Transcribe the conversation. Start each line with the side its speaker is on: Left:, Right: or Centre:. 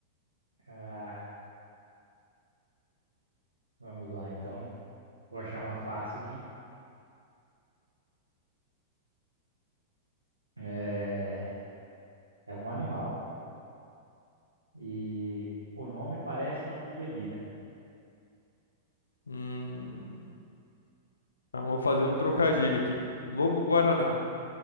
Right: Ah, vamos lá então. Vou achar uma fácil aqui. É, é um animal. E o nome parece nome de bebida.
Left: Hum, então vou fazer um trocadilho aqui. Lobo Guaraná.